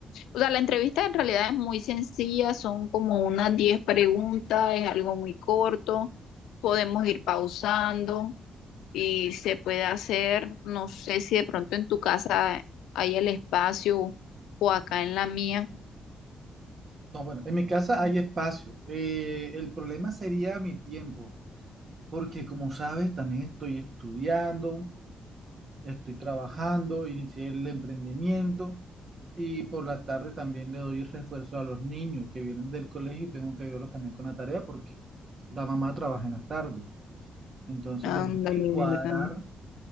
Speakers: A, on the left; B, on the right.
A: O sea, la entrevista en realidad es muy sencilla. Son como unas 10 preguntas. Es algo muy corto. Podemos ir pausando. y se puede hacer, no sé si de pronto en tu casa hay el espacio o acá en la mía,
B: No, bueno, en mi casa hay espacio. Eh, el problema sería mi tiempo, porque como sabes, también estoy estudiando, estoy trabajando, inicié el emprendimiento y por la tarde también le doy refuerzo a los niños que vienen del colegio y tengo que ayudarlos también con la tarea porque la mamá trabaja en las tardes. Entonces
A: Ándale,
B: tengo que cuadrar
A: ¿verdad?